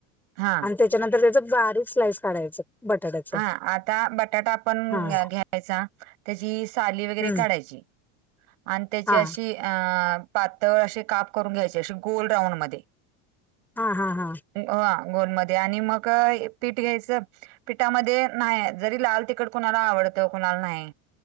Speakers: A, on the right; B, in the centre.
A: हा
B: अन्- त्याच्यानंतर त्याचं बारीक स्लाईस काढायचं- बटाट्याचं
A: हा आता बटाटा पण
B: हा
A: घ घ्यायचा- त्याची साली वगैरे
B: हम्म
A: काढायची. आण् त्याची
B: हा
A: अशी अ पातळ अशे काप करून घ्यायचे अशी गोल राऊंड मध्ये.
B: हा हा हा
A: ह गोल मध्ये आणि मगं- पीठ घ्यायचं पीठामध्ये नाई जरी लाल तिकट कुणाला आवडतं कुणाला न्हाई.